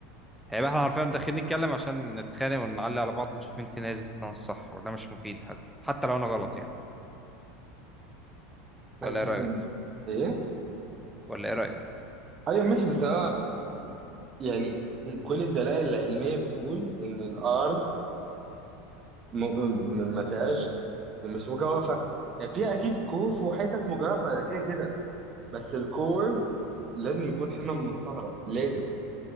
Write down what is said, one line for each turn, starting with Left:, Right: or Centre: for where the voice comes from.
Centre: هيبقى احنا عارفين داخلين نتكلم عشان نتخانق ونعلي على بعض ونشوف مين فينا يثبت ان انا الصح وده مش مفيد حتى حتى لو انا غلط يعني ولا
Right: حاسس
Centre: ايه رايك
Right: ان ايه
Centre: ولا ايه رايك
Right: ايوه ماشي بس أنا يعني كل الدلائل العلمية بتقول إن الأرض م... م... ما فيهاش مش مجوفة يعني فيها أكيد كهوف وحتت مجوفة ده كده كده بس الكور لازم يكون حمم من صحراء لازم